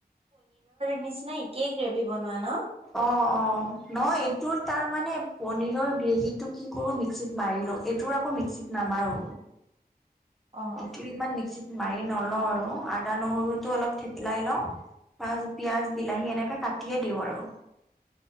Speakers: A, on the right (about 35°); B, in the centre.
A: নিচিনাই একেই গ্ৰেভি বনোৱা ন।
B: অ-অ ন এইটোৰ তাৰ মানে পনীৰৰ গ্ৰেভি টো কি কৰো মিক্সিত মাৰি। এইটোৰ আকৌ মিক্সিত নাম আৰুো
A: অ'।
B: এইটোৰ ইমান মিক্সিত। মাৰি নলওঁ আৰু আদা নহৰুটো অলপ থেতেলাই লওঁ। তাৰছত পিয়য়াজ বিলাহী এনেকে কাটিয়ে দিওঁ আৰু।